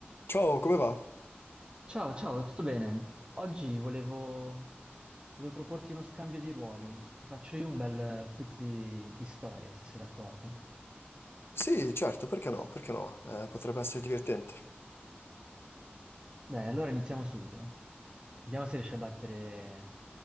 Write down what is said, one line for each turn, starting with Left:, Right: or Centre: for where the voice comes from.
Left: Ciao, come va?
Right: Ciao, ciao, tutto bene? Oggi volevo, volevo proporti uno scambio di ruoli. Ti faccio io un bel eh, quiz di, di storia, se sei d'accordo.
Left: Sì, certo, perché no? Perché no? Eh, potrebbe essere divertente.
Right: Dai, allora iniziamo subito. Vediamo se riesci a battere